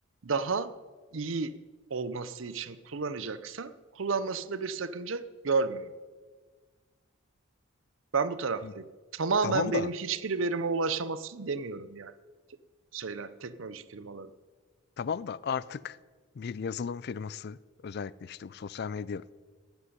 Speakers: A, on the right; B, on the left.
A: daha iyi olması için kullanacaksa kullanmasında bir sakınca görmüyorum. Ben bu taraftayım.
B: İ-
A: Tamamen
B: Tamam da
A: benim hiçbir verime ulaşamasın demiyorum yani şeyler, teknoloji firmaları.
B: Tamam da artık bir yazılım firması özellikle işte bu sosyal medyaların